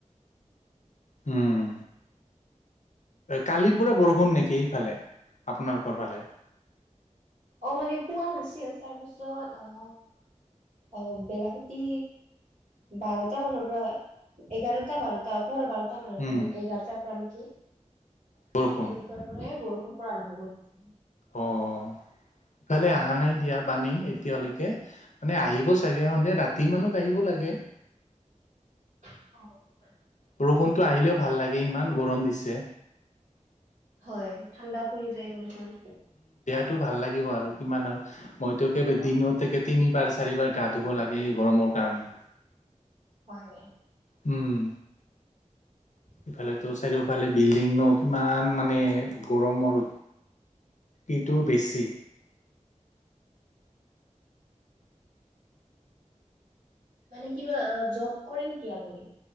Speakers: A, on the left; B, on the right.
A: হম। কালিৰ পৰা বৰষুণ নেকি সেইফালে আপোনালোকৰ ফালে।
B: অ' মানে পোৱা নাছিল তাৰ পিছত আ অ' বেলাসতি বাৰটা মানৰ পৰা এঘাৰটা বাৰটা পুুৱাৰ বাৰটা মানৰ
A: উম,
B: পৰা এঘাৰটাৰ পৰা তেনেকুৱাৰ
A: বৰষুণ
B: পৰাই বৰষুণ পৰা আৰম্ভ কৰি
A: অ' ইফালে অহা নাই দিয়া পানী এতিয়ালৈকে মানে আহি ব চাগে সন্ধিয়া ৰাতি
B: অ'।
A: মানত আহিব লাগে।
B: অ'।
A: বৰষুণটো আহিলেও ভাল লাগে, ইমান গৰম দিছে।
B: হয়, ঠাণ্ডা পৰি যায় অলপমান।
A: টো ভাল লাগিব আৰু কিমান আৰু মই টো কে
B: অ',
A: দিনতে তিনিবাৰ চাৰিবাৰ গা ধুব লাগে এই গৰমৰ কাৰণে।
B: হয়।
A: উম।
B: <inaudible>
A: ইফালেটো চাৰিওফালে বিল্ডিং ন কিমান মানে গৰমৰ ইটো বেছি।
B: মানে কিবা জব কৰে নেকি আপুনি।